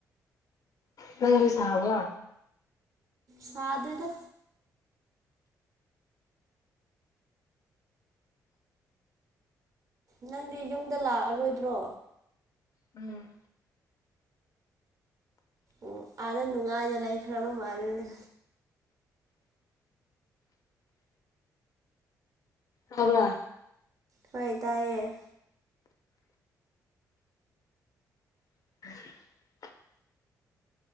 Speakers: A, on the left; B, on the right.
A: ꯅꯪꯔꯤ ꯁꯥꯕ
B: ꯁꯥꯗꯗ ꯅꯪꯗꯤ ꯌꯨꯝꯗ ꯂꯥꯛꯑꯔꯣꯏꯗ꯭ꯔꯣ
A: ꯎꯝ
B: ꯎ ꯑꯥꯗ ꯅꯨꯡꯉꯥꯏꯅ ꯂꯩꯈ꯭ꯔꯕ ꯃꯥꯜꯂꯤꯅꯦ
A: ꯊꯕ꯭ꯔꯥ
B: ꯍꯣꯏ ꯇꯥꯏꯌꯦ
A: <inaudible>